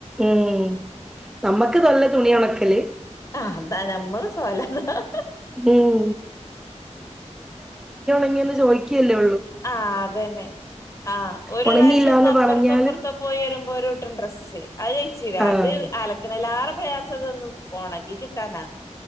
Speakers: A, in the centre; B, on the left.
A: ഉം. നമ്മക്ക് തല്ല തുണി ഉണക്കല്
B: ആ അതാ നമ്മള് സ്വല ഹ ഹ
A: ഉം ങ്ങിയോന്ന് ചോയ്ക്ക ഉള്ളു
B: ആ അത തന്നെ ആ ഒരു
A: ഒണങ്ങിയില്ലാന്ന്
B: പ്രാവശ്യ ഒന്ന് അപ്പുറത്തോ
A: പറഞ്ഞാല്
B: ഇപ്പുറത്തോ പോയി വരുമ്പോ ഒരുട്ടം ഡ്രസ്സ് അത് കഴിച്ചില്ല
A: ആഹ്
B: അത് അലക്കണല്ല ആറെ പ്രയാസം അതൊന്ന് ഓണക്കി കിട്ടാനാ